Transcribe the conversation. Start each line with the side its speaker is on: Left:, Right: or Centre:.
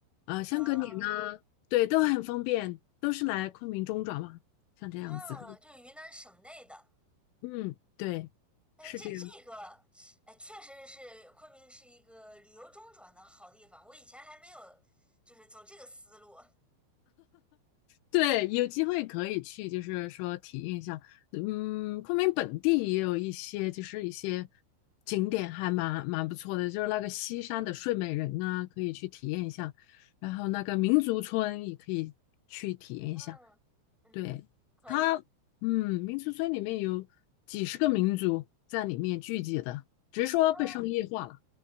Left: 呃香格里拉，
Centre: 嗯
Left: 对，都很方便，都是来昆明中转嘛，像这样子，
Centre: 嗯，就是云南省内的。
Left: 嗯，对，
Centre: 哎，
Left: 是这样。
Centre: 这这个，哎，确实是昆明是一个旅游中转的好地方。我以前还没有，就是走这个思路。
Left: 对，有机会可以去，就是说体验一下。嗯，昆明本地也有一些，就是一些景点还蛮蛮不错的，就是那个西山的睡美人啊，可以去体验一下。然后那个民族村也可以去体验一下。
Centre: 嗯嗯，
Left: 对，
Centre: 可以。
Left: 它，嗯，民族村里面有几十个民族在里面聚集的，只是说被商业化了。
Centre: 嗯